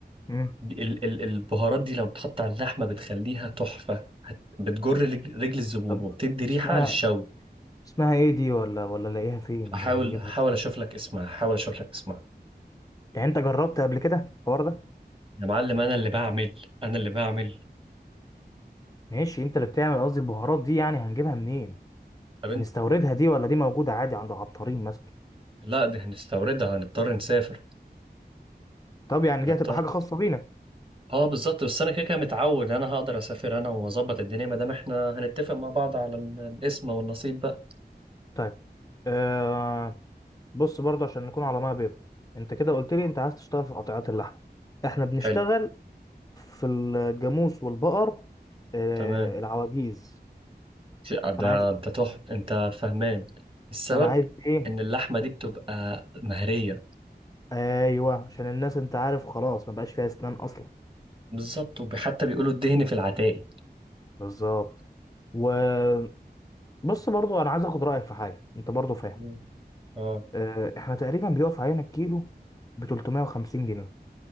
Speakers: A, on the left; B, on the right.
A: مم.
B: ال... ال... البهارات دي لما بتحط على اللحمة بتخليها تحفة هت- بتجر رج- رجل الزبون
A: طب
B: وبتدي ريحة
A: اسمها
B: للشوي
A: اسمها إيه دي ولا ولا نلاقيها فين
B: هحاول
A: ولا نجيبها
B: هحاول
A: فين
B: اشوف لك اسمها هحاول اشوف لك اسمها
A: يعني أنت جربت قبل كده الحوار ده
B: يا معلم انا اللي بعمل انا اللي بعمل
A: ماشي أنت اللي بتعمل قصدي البهارات دي يعني هنجيبها منين
B: طب
A: هنستوردها دي ولا دي موجودة عادي عند عطارين مثلا
B: لا دي هنستوردها هنضطر نسافر
A: طب يعني
B: هنضطر
A: دي هتبقى حاجة خاصة بينا
B: اه بالظبط بس انا كده كده متعود انا هقدر اسافر انا واظبط الدنيا ما دام احنا هنتفق مع بعض على ال- الاسم والنصيب بقى
A: طيب أه بص برضه عشان نكون على ميه بيضاء انت كده قلت لي انت عايز تشتغل في قطيعات اللحم احنا بنشتغل
B: حلو
A: في الجاموس والبقر آه
B: تمام
A: العواجيز
B: ش- ده
A: فانا عايز
B: انت تح انت فهمان السبب
A: فانا عايز ايه
B: ان اللحمه دي بتبقى مهريه
A: ايوه عشان الناس انت عارف خلاص ما بقاش فيها اسنان اصلا
B: بالظبط وحتى بيقولوا الدهن في العتاقي
A: بالظبط وبص برضه انا عايز اخد رايك في حاجه انت برضه فاهم
B: مم. اه
A: آه احنا تقريبا بيقف علينا الكيلو ب 350 جنيه